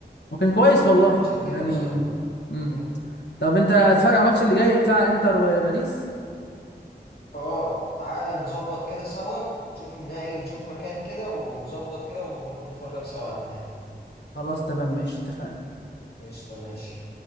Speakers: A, on the left; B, on the left.
A: وكان كويس والله
B: كنت شايف كده
A: يعني
B: بصراحة
A: مم.
B: امم
A: طب انت هتتفرج على الماتش اللي جاي بتاع انتر وباريس
B: اه تعالى نظبط كده سوا ونشوف النهائي نشوف مكان كده ونظبط كده ونروح نتفرج سوا على النهائي
A: خلاص تمام ماشي اتفقنا
B: قشطة ماشي